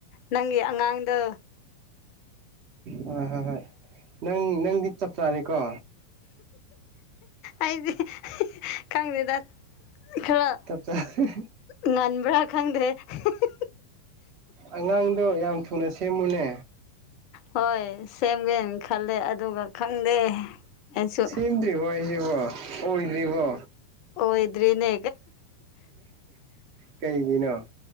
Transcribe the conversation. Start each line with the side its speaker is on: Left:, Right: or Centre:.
Left: ꯅꯪꯒꯤ ꯑꯉꯥꯡꯗ
Right: ꯍꯣꯏ ꯍꯣꯏ ꯅꯪ ꯅꯪꯗꯤ ꯆꯥꯛ ꯆꯥꯔꯦꯀꯣ꯫
Left: ꯑꯩꯗꯤꯦ ꯈꯪꯗꯦꯗ ꯈꯔ
Right: ꯆꯞꯆꯥꯔꯦ꯫
Left: ꯉꯟꯕ꯭ꯔ ꯈꯪꯗꯦ ꯍꯤ ꯍꯤ꯫
Right: ꯑꯉꯥꯡꯗꯣ ꯌꯥꯝ ꯊꯨꯅ ꯁꯦꯝꯃꯨꯅꯦ
Left: ꯍꯣꯏ ꯁꯦꯝꯒꯦꯅ ꯈꯜꯂꯦ ꯑꯗꯨꯒ ꯈꯪꯗꯦ ꯑꯩꯁꯨ
Right: ꯁꯦꯝꯗ꯭ꯔꯤꯕꯣ ꯍꯥꯏꯁꯤꯕꯣ ꯑꯣꯏꯗ꯭ꯔꯤꯕꯣ꯫
Left: ꯑꯣꯣꯏꯗ꯭ꯔꯤꯅꯦ
Right: ꯀꯩꯒꯤꯅꯣ